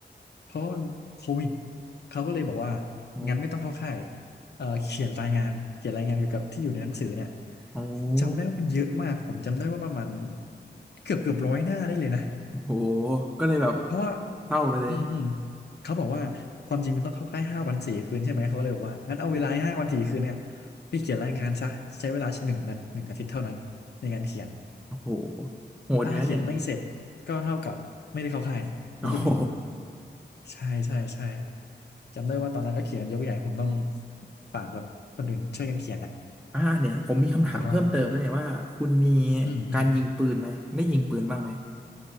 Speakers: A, on the left; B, in the centre.
A: เพราะมันโควิดเขาก็เลยบอกว่า
B: โอ้
A: งั้นไม่ต้องเข้าค่ายเอ่อเขียนรายงานเขียนรายงานเกี่ยวกับที่อยู่ในหนังสือเนี่ย
B: โอ
A: จำได้ว่ามันเยอะมากผมจำได้ว่าประมาณเกือบเกือบร้อยหน้าได้เลยนะ
B: ้โหก็เลยแบบ
A: เพราะว่า
B: เศร้าไปเลย
A: อืมอืมเขาบอกว่าความจริงมันต้องเข้าค่ายห้าวันสี่คืนใช่ไหมเขาเลยบอกว่างั้นเอาเวลาห้าวันสี่คืนเนี่ยพี่เขียนรายงานซะใช้เวลาหนึ่งนัดหนึ่งอาทิตย์เท่านั้นในการเขียน
B: โอ้โหโหดอยู่นะนี่
A: ถ้าเขียนไม่เสร็จก็เท่ากับไม่ได้เข้าค่ายเขาพูดอย่างนี้
B: <laughs> โอ้โห
A: ใช่ใช่ใช่จำได้ว่าตอนนั้นก็เขียนยกใหญ่ผมต้องฝากแบบคนอื่นช่วยกันเขียนอ่ะ
B: อ่าเนี่ยผมมีคำถามเพิ่มเติมนะเนี่ยว่าคุณมี
A: ผมจะรอดอืมอืม
B: การยิงปืนไหมได้ยิงปืนบ้างไหม